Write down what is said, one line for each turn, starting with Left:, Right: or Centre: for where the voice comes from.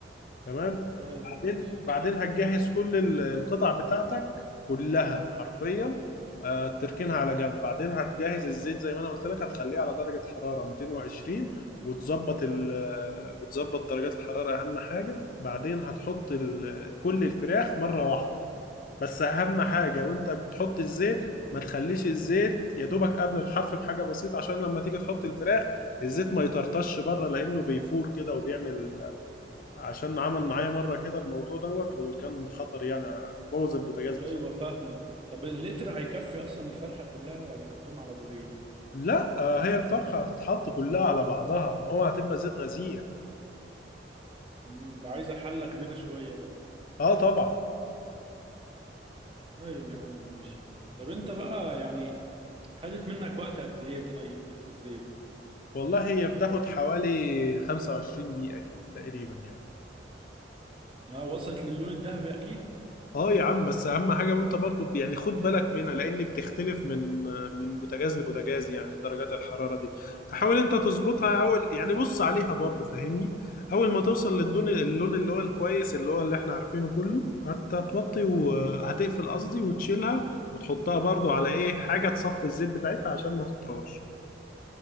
Left: تمام
Right: طيب
Left: بعدين
Right: ماشي
Left: بعدين هتجهز كل ال- القطع بتاعتك كلها حرفيا آه، تركنها على جنب بعدين هتجهز الزيت زي ما انا قلت لك هتخليه على درجة حرارة 220 وتظبط ال آه، وتظبط درجات الحرارة أهم حاجة بعدين هتحط ال- كل الفراخ مرة واحدة بس أهم حاجة وأنت بتحط الزيت ما تخليش الزيت يا دوبك قبل الحرف بحاجة بسيطة عشان لما تيجي تحط الفراخ الزيت ما يطرطش بره لأنه بيفور كده وبيعمل عشان عمل معايا مرة كده الموضوع دوت وكان خطر يعني بوظ البوتاجاز
Right: ايوه
Left: بصراحة
Right: فاهمك طب اللتر هيكفي اصلا الفرخة كلها ولا احطهم على دورين
Left: لا آه، هي الفرخة هتتحط كلها على بعضها ما هو هتبقى زيت غزير
Right: امم ده عايزة حلة كبيرة شوية بقى
Left: اه طبعا
Right: طيب يا عم ماشي طب انت بقى يعني خدت منك وقت قد ايه طيب في الزيت
Left: والله هي بتاخد حوالي 25 دقيقة كده تقريبا يعني
Right: ما وصلت للون الذهبي اكيد
Left: اه يا عم بس اهم حاجه وانت برضو يعني خد بالك منها لان بتختلف من من بوتاجاز لبوتاجاز يعني درجات الحراره دي فحاول انت تظبطها اول يعني بص عليها برضو فاهمني اول ما توصل للدون اللون اللي هو الكويس اللي هو اللي احنا عارفينه كله هت- هتوطي وهتقفل قصدي وتشيلها وتحطها برضو على ايه حاجه تصفي الزيت بتاعتها عشان ما تطراش